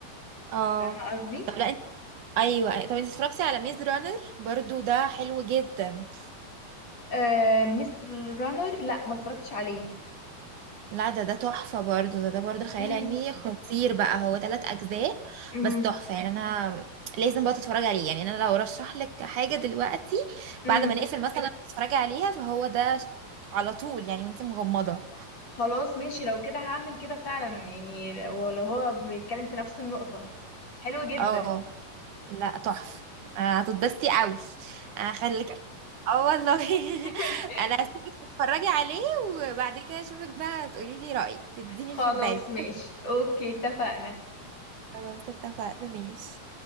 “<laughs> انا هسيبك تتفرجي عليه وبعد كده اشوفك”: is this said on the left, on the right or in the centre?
Right